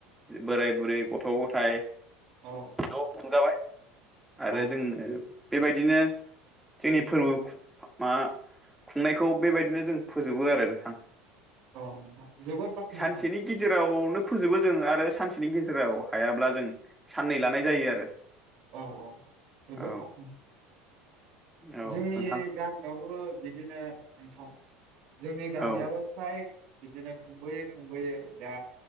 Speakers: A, in the centre; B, on the right (about 45°).
A: बोराय बुरै गथ' गथाइ
B: औ
A: ज' संजाबाय आरो
B: औ
A: जोङो बेबायदिनो जोंनि फोरबो खु मा खुंनायखौ बेबायदिनो जों फोजोबो आरो नोंथां
B: औ नोंथां जोबोद बाखनायथाव
A: सानसेनि गेजेरावनो फोजोबो जों आरो सानसेनि गेजेराव हायाब्ला जों साननै लानाय जायो आरो
B: औ औ जोबोद
A: औ
B: बाखनायथाव
A: औ
B: जोंनि
A: नोंथां
B: गामियावबो बि बिदिनो नोंथां जोंनि गामियाबो
A: औ
B: फ्राय बिदिनो खुंबोयै खुंबोयै दा